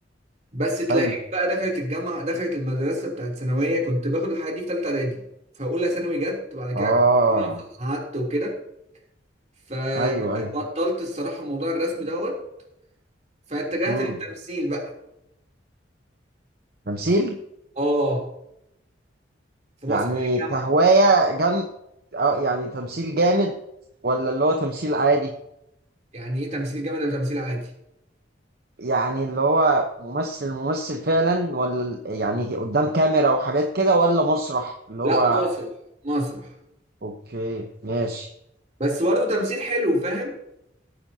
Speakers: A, on the right; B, on the right.
A: بس تلاقيك
B: حلو
A: بقى دخلت الجامعه دخلت المدرسه بتاعت ثانويه كنت باخد الحاجات دي في ثالثه اعدادي فاولى ثانوي جت وبعد كده
B: اه
A: قعدت وكده فبطلت
B: ايوه ايوه
A: الصراحه موضوع الرسم دوت فاتجهت
B: امم
A: للتمثيل بقى
B: تمثيل
A: اه في مسرح
B: يعني
A: الجامعه
B: كهواية جن اه يعني تمثيل جامد ولا اللي هو تمثيل عادي
A: يعني ايه تمثيل جامد ولا تمثيل عادي
B: يعني اللي هو ممثل ممثل فعلا ولا ال- يعني قدام كاميرا وحاجات كده ولا مسرح اللي هو
A: لا مسرح مسرح
B: اوكي ماشي
A: بس برضه تمثيل حلو فاهم